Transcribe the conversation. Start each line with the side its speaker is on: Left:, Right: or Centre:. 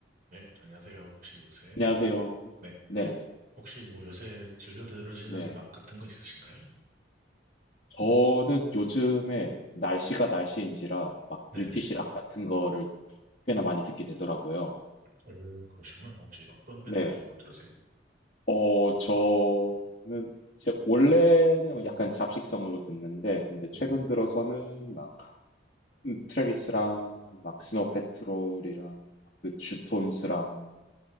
Right: 네, 안녕하세요. 혹시 요새
Left: 안녕하세요.
Right: 뭐, 네,
Left: 네네.
Right: 혹시 뭐 요새 즐겨 들으시는
Left: 네.
Right: 음악 같은 거 있으신가요?
Left: 저는 요즘에 날씨가 날씨인지라 막
Right: 네네.
Left: 브리티시 락 같은 거를 꽤나 많이 듣게 되더라고요.
Right: 오, 그러시구나. 혹시 어떤 밴드
Left: 네네.
Right: 주로 들으세요?
Left: 어, 저는 제 원래는 약간 잡식성으로 듣는데 근데
Right: 음,
Left: 최근 들어서는 막 음, 트래비스랑 막 스노우 패트롤이랑 그 주톤스랑